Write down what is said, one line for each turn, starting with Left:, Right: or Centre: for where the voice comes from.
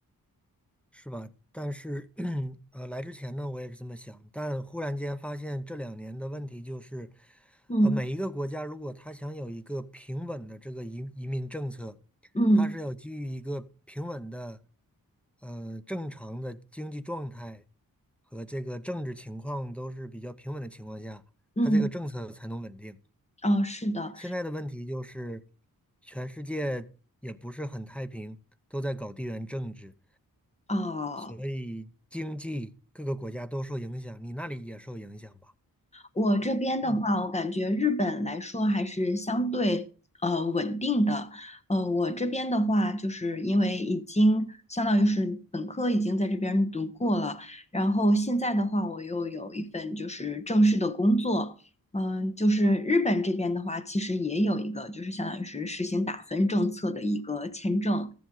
Centre: 是吧？但是，<clears throat> 呃，来之前呢，我也是这么想，但忽然间发现这两年的问题就是，
Left: 嗯
Centre: 呃，每一个国家如果他想有一个平稳的这个移移民政策，
Left: 嗯
Centre: 他是要基于一个平稳的，呃，正常的经济状态和这个政治情况都是比较平稳的情况下，
Left: 嗯，
Centre: 它这个政策才能稳定。
Left: 哦，是的，
Centre: 现在的问题就是，全世界也不是很太平，都在搞地缘政治。
Left: 哦，
Centre: 所以经济各个国家都受影响，你那里也受影响吧？
Left: 我这边的话，
Centre: 嗯
Left: 我感觉日本来说还是相对呃稳定的。呃，我这边的话，就是因为已经相当于是本科已经在这边读过了，然后现在的话，我又有一份就是正式的工作。嗯，就是日本这边的话，其实也有一个就是相当于是实行打分政策的一个签证。